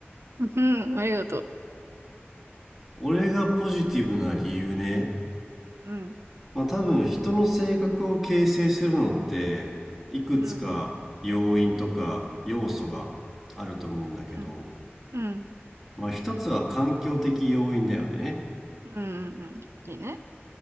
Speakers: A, on the right; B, in the centre.
A: うん、ありがと
B: 俺がポジティブな理由ね
A: う。うん、
B: まあ多分人の性格を形成するのっていくつか要因とか要素があると思うんだけど
A: うん、うん、うん、うん、
B: まあ一つは環境的要因だよね
A: うん、うん、いいね。